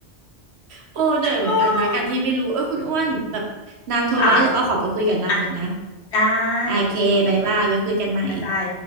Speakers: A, on the right; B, on the left.
A: โอ้เหนื่อยเหมือนกันนะการที่ไม่รู้เออคุณอ้วนแบบนางโทรมาแล้วเดี๋ยวอ้อขอไปคุยกับนางก่อนนะ
B: <laughs> อออค่ะอ่ะได้
A: โอเคบายบายไว้คุยกันใหม่
B: โอเคค่ะบ๊ายบาย